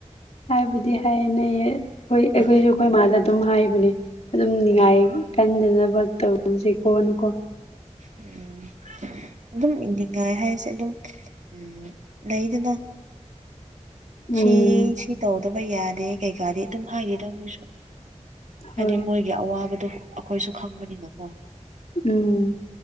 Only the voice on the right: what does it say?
ꯍꯣꯏ
ꯎꯝ
ꯎꯝ ꯗꯨꯝ ꯏꯅꯤꯡꯉꯥꯏ ꯍꯥꯏꯁꯦ ꯑꯗꯨꯝ ꯎꯝ ꯂꯩꯗꯅ
ꯁꯤ ꯁꯤ ꯇꯧꯗꯕ ꯌꯥꯗꯦ ꯀꯩꯀꯥꯗꯤ ꯑꯗꯨꯝ ꯍꯥꯏꯗꯦꯗ ꯃꯣꯏꯁꯨ
ꯍꯥꯏꯗꯤ ꯃꯣꯏ ꯒꯤ ꯑꯋꯥꯕꯗꯣ ꯑꯈꯣꯏꯁꯨ ꯈꯪꯕꯅꯤꯅꯀꯣ